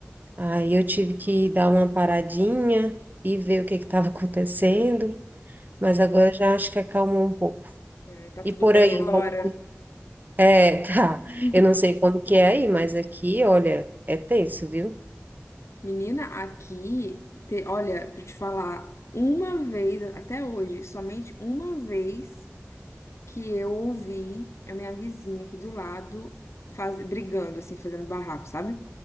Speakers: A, on the right; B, on the left.
A: Aí eu tive que dar uma paradinha e ver o que que estava <laughs> acontecendo, mas agora já acho que acalmou um pouco.
B: É, tá tudo
A: E por
B: bem
A: aí,
B: agora?
A: como que... <laughs> É, tá.
B: <laughs>
A: Eu não sei como que é aí, mas aqui, olha, é tenso, viu?
B: Menina, aqui, te- olha, pra eu te falar, uma vez, até hoje, somente uma vez que eu ouvi a minha vizinha aqui do lado faz, brigando, assim, fazendo barraco, sabe?